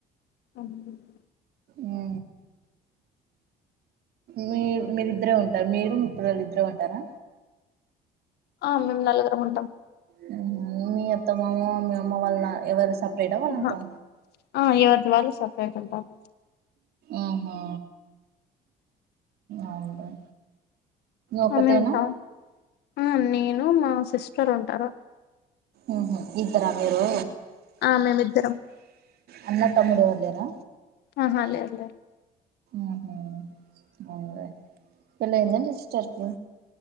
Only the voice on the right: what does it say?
ఉ మీ మీరిద్దరే ఉంటార మీరు మీ పిల్లలు ఇద్దరే ఉంటారా
హ్ మీ అత్త మామ మీ అమ్మ వాళ్ళ ఎవరు సపరేటా వాళ్ళంతా
ఆహా అవునలే ఒకతేనా
ఉహు ఇద్దార మీరు
అన్న తమ్ముడేవరూ లేరా
ఆహా అదే పెళ్లయిందా మీ సిస్టర్ కి